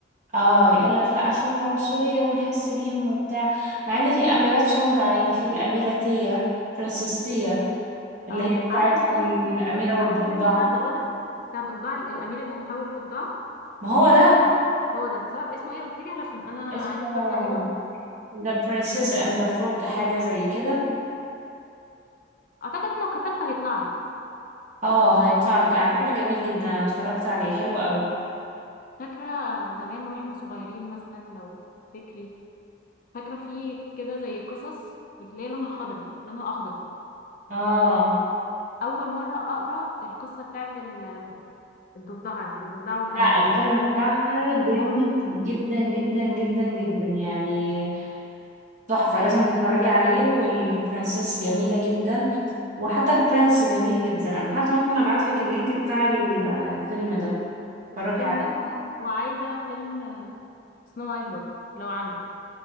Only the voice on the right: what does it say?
اه يقول لك لا عشان العنصرية ونحس بيهم وبتاع مع ان في اميرات سمر عادي في الاميرة تيا فرانسيس تيا اللي
هي
بتاعت
الاميرة
والضفدع
ما هو ده
اسمه
The Princess and the Frog حاجة زي كده
اه هيطلع لك على فكرة جميل جدا انا اتفرجت عليه حلو قوي
اه
لا الفيلم بتاعها جامد
جدا
جدا جدا جدا يعني تحفة لازم تتفرجي عليه والبرنسس جميلة جدا وحتى البرنس جميل جدا أنا حتى ممكن أبعتلك اللينك بتاع الفيلم ده اتفرجي
عليه